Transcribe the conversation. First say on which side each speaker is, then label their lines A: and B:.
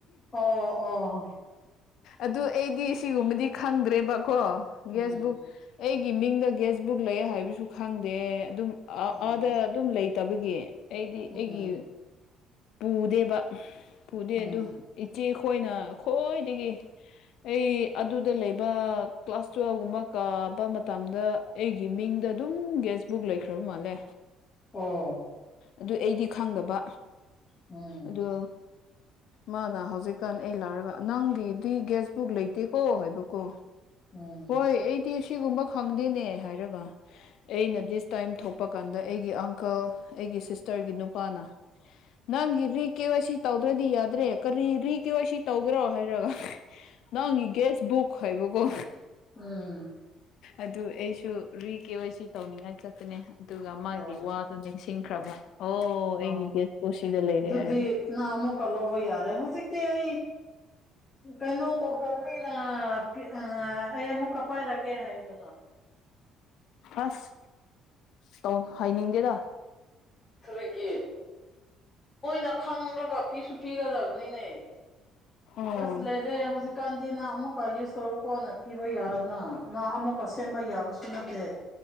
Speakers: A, on the left; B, on the left.
A: ꯑꯣ ꯑꯣ
B: ꯑꯗꯨ ꯑꯩꯗꯤ ꯁꯤꯒꯨꯝꯕꯗꯤ ꯈꯪꯗ꯭ꯔꯦꯕꯀꯣ
A: ꯎꯝ
B: ꯒ꯭ꯦꯁꯕꯨꯛ ꯑꯩꯒꯤ ꯃꯤꯡꯗ ꯒ꯭ꯦꯁꯕꯨꯛ ꯂꯩ ꯍꯥꯏꯕꯁꯨ ꯈꯪꯗꯦ ꯑꯗꯨꯝ
A: ꯎꯝ
B: ꯑꯥꯗ ꯑꯗꯨꯝ ꯂꯩ ꯇꯕꯒꯤ ꯑꯩꯗꯤ ꯑꯩꯒꯤ
A: ꯎꯝ
B: ꯄꯨꯗꯦꯕ ꯄꯨꯗꯦ
A: ꯎꯝ
B: ꯑꯗꯨ ꯏꯆꯦ ꯈꯣꯏꯅ ꯑꯩꯈꯣꯏꯗꯒꯤ ꯑꯩ ꯑꯗꯨꯗ ꯂꯩꯕ ꯀ꯭ꯂꯥꯁ ꯇꯨꯋꯦꯜꯒꯨꯝꯕ ꯀꯥꯕ ꯃꯇꯝꯗ ꯑꯩꯒꯤ ꯃꯤꯡ ꯗ ꯑꯗꯨꯝ ꯒ꯭ꯌꯁꯕꯨꯛ ꯂꯩꯈ꯭ꯔꯕ ꯃꯥꯜꯂꯦ
A: ꯑꯣ
B: ꯑꯗꯨ ꯑꯩꯗꯤ ꯈꯪꯗꯕ
A: ꯎꯝ
B: ꯑꯗꯨ ꯃꯥꯅ ꯍꯧꯖꯤꯛꯀꯥꯟ ꯑꯩ ꯂꯥꯛꯔꯒ ꯅꯪꯒꯤꯗꯤ ꯒꯥ꯭ꯌꯁ ꯕꯨꯛ ꯂꯩꯇꯦꯀꯣ ꯍꯥꯏꯕꯀꯣ
A: ꯎꯝ
B: ꯍꯣꯏ ꯑꯩꯗꯤ ꯑꯁꯤꯒꯨꯝꯕ ꯈꯪꯗꯦꯅꯦ ꯍꯥꯏꯔꯕ ꯑꯩꯅ ꯗꯤꯁ ꯇꯥꯏꯝ ꯊꯣꯛꯄ ꯀꯥꯟꯗ ꯑꯩꯒꯤ ꯑꯪꯀꯜ ꯑꯩꯒꯤ ꯁꯤꯁꯇꯔꯒꯤ ꯅꯨꯞ ꯅꯨꯄꯥꯅ ꯅꯪꯒꯤꯗꯤ ꯀꯦ ꯋꯥꯏ ꯁꯤ ꯇꯧꯗ꯭ꯔꯗꯤ ꯌꯥꯗ꯭ꯔꯦ ꯀꯔꯤ ꯔꯤ ꯀꯦ ꯋꯥꯏ ꯁꯤ ꯇꯧꯒꯦꯔꯣ ꯍꯥꯏꯔꯒ ꯅꯪ ꯒꯦꯁꯕꯨꯛ ꯍꯥꯏꯕꯀꯣ
A: ꯎꯝ
B: ꯑꯗꯨ ꯑꯩꯁꯨ ꯔꯤ ꯀꯦ ꯋꯥꯏ ꯁꯤ ꯇꯧꯅꯤꯡꯉꯥꯏ ꯆꯥꯠꯄꯅꯦ ꯑꯗꯨꯒ ꯃꯥꯒꯤ
A: ꯑꯣ
B: ꯋꯥꯗꯨ ꯅꯤꯡꯁꯤꯡꯈ꯭ꯔꯕ ꯑꯣ ꯑꯩꯒꯤ
A: ꯑꯣ
B: ꯒꯦꯁꯄꯨ ꯁꯤꯗ ꯂꯩꯔꯦ
A: ꯑꯗꯨꯗꯤ
B: ꯍꯥꯏꯔꯒ
A: ꯅꯪ ꯑꯃꯨꯛ ꯂꯧꯕ ꯌꯥꯔꯦ ꯍꯧꯖꯤꯛꯇꯤ ꯑꯩ ꯀꯩꯅꯣ ꯇꯧꯈ꯭ꯔꯃꯤꯅ ꯄꯤ ꯑ ꯑ ꯑꯩ ꯑꯃꯨꯛ ꯀ ꯄꯥꯏꯔꯀꯦ ꯍꯥꯏꯌꯨꯗꯅ
B: ꯑꯁ ꯇꯧ ꯍꯥꯏꯅꯤꯡꯗꯦꯗ
A: ꯀꯔꯤꯒꯤ ꯃꯣꯏꯅ ꯈꯪꯔꯒ ꯄꯤꯁꯨ ꯄꯤꯒꯗꯕꯅꯤꯅꯦ
B: ꯑꯣ
A: ꯑꯁ ꯂꯩꯔꯦ ꯍꯧꯖꯤꯛꯀꯥꯟꯗꯤꯅ ꯑꯃꯨꯛ ꯈꯔ ꯌꯨꯁ ꯇꯧꯔ ꯀꯣꯟꯅ ꯄꯤꯕꯌꯥꯏꯅ ꯅꯪ ꯑꯃꯨꯛꯀ ꯁꯦꯝꯕ ꯌꯥꯕꯁꯨ ꯅꯠꯇꯦ